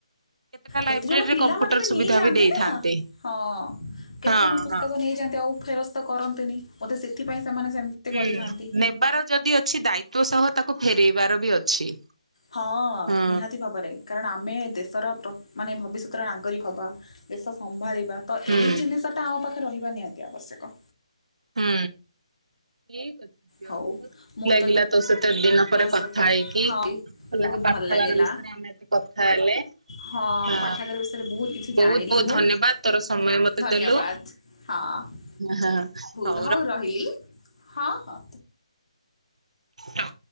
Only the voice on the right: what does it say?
କେତେଟା
ଲାଇବ୍ରେରୀରେ
କମ୍ପ୍ୟୁଟର
ସୁବିଧା
ଦେଇଥାନ୍ତି
ହଁ
ହଁ
ହୁଁ ନେବାର ଯଦି ଅଛି ଦାୟିତଵ ସହ ତାକୁ ଫେରେଇବାର ବି ଅଛି।
ହଁ
ହୁଁ
ହୁଁ। ଝିଅ ବହୁତ
ଖୁସି
ଲାଗିଲା
ତୋ ସେ ତେ ଦିନ ପରେ
କଥା ହେଇକି
ହେ
ପାଠାଗାର
ବିଷୟରେ ଆମେ ଏତେ କଥା ହେଲେ
ହ
ବହୁତ
ବହୁତ
ଧନ୍ୟବାଦ ତୋର ସମୟ ମତେ
ଦେଲୁ
ହ
ହଁ।